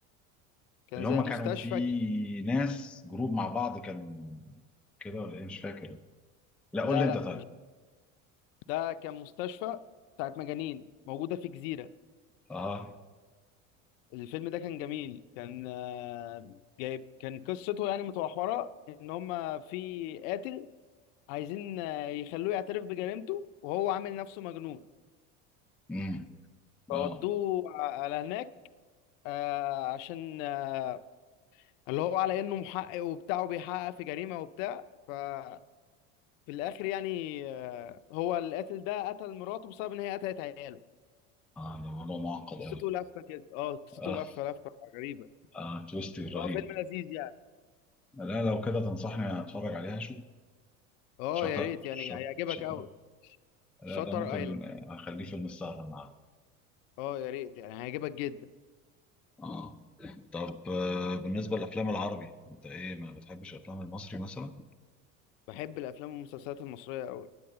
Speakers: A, on the left (about 70°); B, in the centre.
A: كان
B: اللي
A: زي
B: هم
A: مستشفى
B: كانوا في
A: كده
B: ناس جروب مع بعض كان كده ولا ايه مش فاكر لا
A: لا
B: قول لي انت
A: لا
B: طيب
A: مش ده كان مستشفى بتاعت مجانين موجودة في جزيرة
B: اه
A: الفيلم ده كان جميل كان آه، جايب كان قصته يعني متمحورة إن هما في قاتل عايزين آه، يخلوه يعترف بجريمته وهو عامل نفسه مجنون
B: امم
A: فودوه
B: اه
A: ع- على هناك آه، عشان آه، اللي هو على انه محقق وبتاع وبيحقق في جريمة وبتاع ففي الاخر يعني آه، هو القاتل ده قتل مراته بسبب ان هي قتلت عياله
B: اه ده موضوع معقد قوي
A: قصته لفة كده اه قصته
B: اه
A: لفة لفة غريبة
B: اه تويست رهيب
A: هو فيلم لذيذ يعني
B: لا لو كده تنصحني اتفرج عليها اشوف
A: اه
B: شاطر
A: يا ريت يعني
B: شاطر
A: هيعجبك
B: شاطر
A: قوي
B: لا
A: شاتر
B: ده ممكن
A: ايلاند
B: آه، اخليه فيلم السهرة النهارده
A: اه يا ريت يعني هيعجبك جدا
B: اه طب آه، بالنسبة للافلام العربي انت ايه ما بتحبش الافلام المصري مثلا
A: بحب الافلام والمسلسلات المصرية قوي